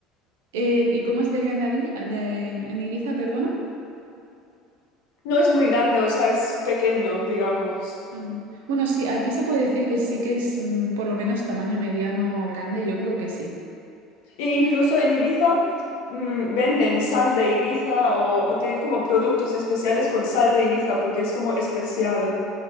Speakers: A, on the right (about 80°); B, on the left (about 75°).
A: Eh, ¿y cómo es de grande allí- de- en Ibiza, perdona?
B: No es muy grande, o sea, es pequeño, digamos.
A: Mm. Bueno, sí, aquí se puede decir que sí que es mm, por lo menos tamaño mediano o grande, yo creo que sí.
B: E incluso en Ibiza mm, venden sal de Ibiza o, o tienen como productos especiales con sal de Ibiza porque es como especial.